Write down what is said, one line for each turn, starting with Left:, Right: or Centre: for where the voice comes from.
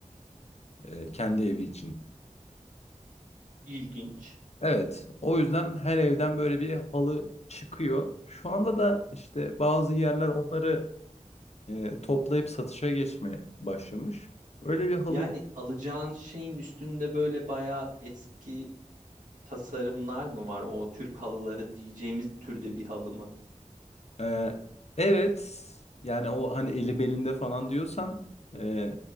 Left: E, kendi evi için.
Right: İlginç.
Left: Evet, o yüzden her evden böyle bir halı çıkıyor. Şu anda da işte bazı yerler onları e, toplayıp satışa geçmeye başlamış. Öyle bir halı
Right: Yani alacağın şeyin üstünde böyle bayağı eski tasarımlar mı var? O Türk halıları diyeceğimiz türde bir halı mı?
Left: Ee, evet yani o hani eli belinde falan diyorsan e,